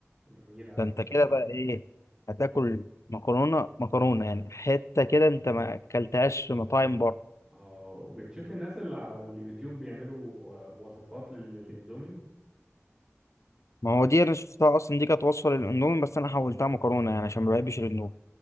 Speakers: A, on the right; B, on the left.
A: جميلة اوي
B: ده انت كده بقى ايه هتاكل مكرونه مكرونه يعني حته كده انت ما اكلتهاش في مطاعم بره
A: اه بتشوف الناس اللي على اليوتيوب بيعملوا آه، وصفات لل- للاندومي
B: ما هو دي انا شفتها اصلا دي كانت وصفه للاندومي بس انا حولتها مكرونه يعني عشان ما بحبش الاندومي